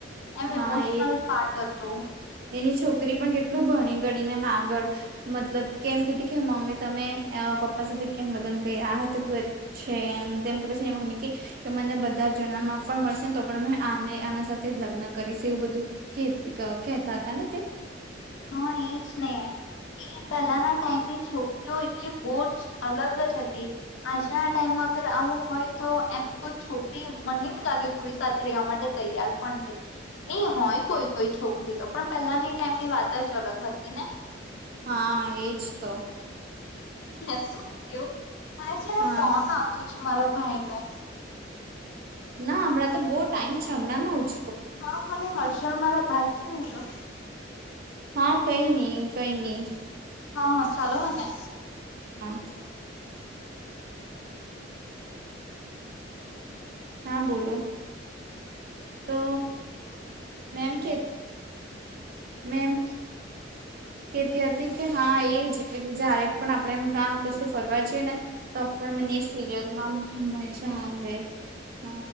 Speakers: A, on the left; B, on the right.
A: એમ
B: હા
A: ઇમોશનલ
B: એ
A: પાર્ટ હતું.
B: એની છોકરી પણ કેટલું ભણીગણીને આગળ મતલબ કેમ કેહતી કે મમ્મી તમે પપ્પા સાથે કેમ લગ્ન કયરા આ ઘર છે એમ તેમ તો પછી એન મમ્મી કેય કે મને બધા જ જન્મમાં પણ મળશે ને તો પણ મેં આને આના સાથે જ લગ્ન કરીશ એવું બધું કેત ક કહેતા હતા ને તે.
A: હા એજ ને. એ પહેલાના ટાઈમની છોકરીઓ એટલી બહુ જ અલગ જ હતી આજના ટાઈમમાં અગર આવું હોય તો એમ કોઈ છોકરી મને ની લાગે કોઈ સાથે રહેવા માટે તૈયાર પણ નહીં હોય કોઈ કોઈ છોકરી તો પણ પેહલાની ટાઈમની વાત જ અલગ હતી ને.
B: હા, એજ તો.
A: મેં શું કેવું? મારે છે ને,
B: હા
A: ફોન આવતો છે. તમારા ભાઈનો
B: ના, હમણાં તો બહુ ટાઈમ છે હમણાં ના ઉચ
A: હા. મને હર્ષલ મારા ભાઈ છે ને એનો
B: હા, કંઈ નઈ કંઈ ની.
A: હા હ ચલો હને.
B: હ. હા, બોલો. તો મેં એમ કે મેં એમ કેતી હતી કે હા એજ કે જયારે પણ આપણે આમ કશે ફરવા જઈએ ને, તો પણ મને સિરિયલમાં મજા આવે હ.